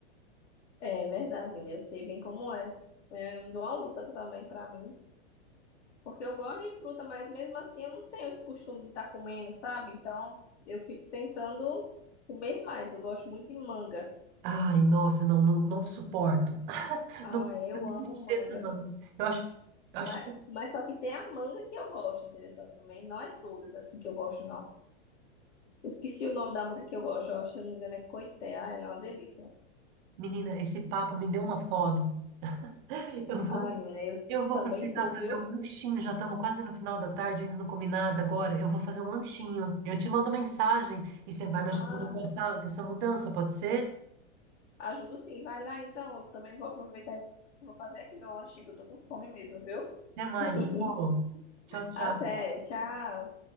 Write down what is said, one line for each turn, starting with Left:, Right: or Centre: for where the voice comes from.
Left: É verdade, menina. Eu sei bem como é. É eu dou uma luta também pra mim. Porque eu gosto de fruta, mas mesmo assim eu não tenho esse costume de estar comendo, sabe? Então eu fico tentando comer mais. Eu gosto muito de manga.
Right: Ai, nossa, não, não, não suporto. <laughs>
Left: Ah,
Right: Não suporto
Left: eu amo
Right: nem o cheiro
Left: manga.
Right: da mão. Eu acho, eu
Left: Mas,
Right: acho,
Left: mas só que tem a manga que eu gosto, entendeu? Também não é todas assim que eu gosto, não. Eu esqueci o nome da manga que eu gosto, ó, se eu não me engano é Coité. Ah, ela é uma delícia.
Right: menina, esse papo me deu uma fome. <laughs> Eu vou
Left: Ai, menina, eu
Right: Eu vou
Left: também
Right: aproveitar
Left: tô,
Right: e
Left: viu?
Right: fazer um lanchinho. Já estamos quase no final da tarde, ainda não comi nada agora. Eu vou fazer um lanchinho. Eu te mando mensagem e você vai me ajudando
Left: Ah,
Right: com essa, com essa mudança, pode ser?
Left: ajudo sim, vai lá então. Eu também vou aproveitar e vou fazer aqui meu lanchinho, que eu tô com fome mesmo, viu?
Right: Até mais,
Left: <laughs>
Right: amor. Tchau, tchau.
Left: Até, tchau.